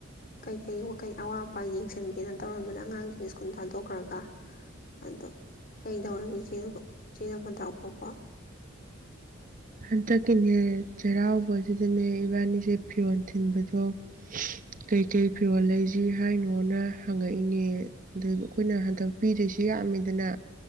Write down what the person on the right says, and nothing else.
ꯍꯟꯗꯛꯀꯤꯅꯦ ꯆꯔꯥꯎꯕꯖꯗꯅꯦ ꯏꯕꯥꯅꯤꯁꯦ ꯐꯤꯔꯣꯟ ꯊꯤꯟꯕꯗꯣ ꯀꯩ ꯀꯩ ꯐꯤꯔꯣꯜ ꯂꯩꯁꯦ ꯍꯥꯏꯅꯣꯅ ꯍꯪꯉꯛꯏꯅꯦ ꯑꯗꯨꯩ ꯑꯩꯈꯣꯏꯅ ꯍꯟꯗꯛ ꯄꯤꯗꯣꯏꯁꯨ ꯌꯥꯝꯃꯤꯗꯅ